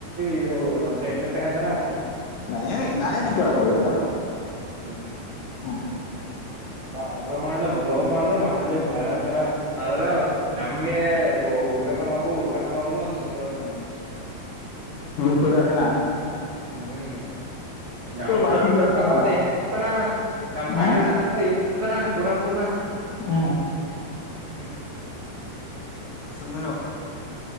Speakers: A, on the right; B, on the left.
A: ಇದು ನಮ್ಮ್ ಫ್ರೆಂಡ್ ಕ ಎಂದನಾ
B: ನಾನೇನು ನಾನೇನ ಕಳ ಹೋಗಿಲ್ಲ ಕಣ
A: ಹ್ಮ್ ಹ್ಮ್
B: ಹ್ಮ್
A: ಮಾಡ್ರ ಮಾಡ್ಲಿ ಲವ್ ಮಾಡ್ರ ಮಾಡ್ಲಿ ಮಾಡಂತೆಲ್ಲ ಆದ್ರ
B: ಹ್ಮ್
A: ನಮ್ಗೆ ಹುಡ್ಗಾ ಕಾಣ ಹೋಗುಡ್ಕ ಕಣ ಹೋಗು ಒಂದ ಸುಲತನ
B: ಸಲ ಆನ
A: ಹ್ಮ್ ನ <unintelligible>
B: ವಾಯ್ಸ್ ಕೇಳಸ್ಕೊಂಡಲ್ಲ
A: ನಮ್
B: ಹ್ಮ್
A: ಕಾಂಡಸಡ್ತಾನ ಪೂರಾ ಪೂರ್ನ
B: ಹ್ಮ್
A: ಹ್ಮ <unintelligible>
B: ಸುಮ್ನೆರು